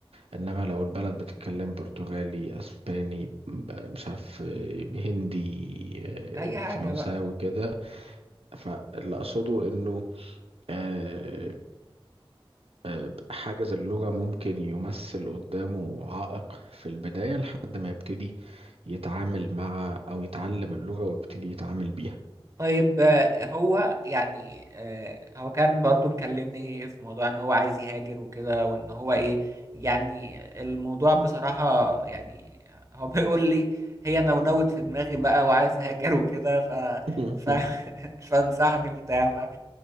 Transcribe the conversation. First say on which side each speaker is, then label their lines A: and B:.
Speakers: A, on the right; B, on the right.
A: انما لو البلد بتتكلم برتغالي اسباني ب- مش عارف آه، هندي آه،
B: أي حاجة
A: فرنساوي
B: بقى
A: كده فاللي اقصده انه آه، آه، حاجز اللغة ممكن يمثل قدامه عائق في البداية لحد ما يبتدي يتعامل مع أو يتعلم اللغة ويبتدي يتعامل بيها
B: طيب آه، هو يعني آه، هو كان برضو مكلمني في موضوع ان هو عايز يهاجر وكده وان هو ايه يعني الموضوع بصراحة يعني هو <laughs> بيقول لي هي نونوت في دماغي بقى وعايز اهاجر وكده ف
A: <laughs>
B: ف <laughs> فانصحني وبتاع